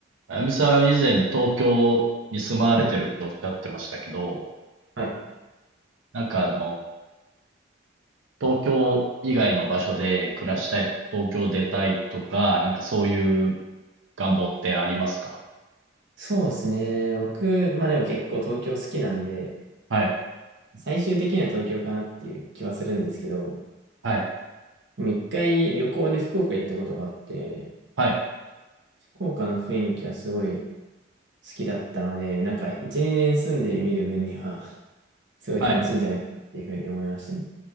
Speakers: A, on the right; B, on the right.
A: あやむさん、以前東京に住まわれてるっておっしゃってましたけど、
B: うん。はい。
A: なんかあの、東京以外の場所で暮らしたいとか、
B: うん
A: 東京出たいとか、なんかそういう願望ってありますか
B: そうですね。僕、まあでも結構東京好きなんで、
A: はい、
B: 最終的には東京かなっていう気はするんですけど、
A: はい、
B: でも一回旅行で福岡行ったことがあって、
A: はい、
B: 福岡の雰囲気はすごい好きだったので、なんか一、二年住んでみる分には <laughs> すごい楽しいんじゃないかっていうふうに思いましたね。
A: はい。